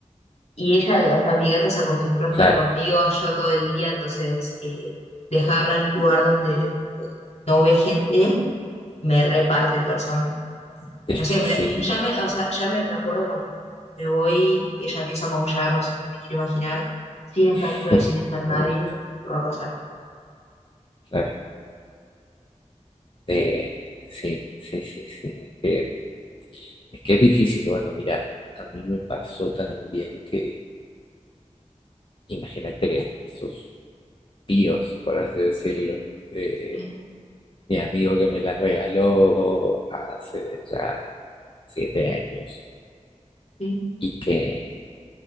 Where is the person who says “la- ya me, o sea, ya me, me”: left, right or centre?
Left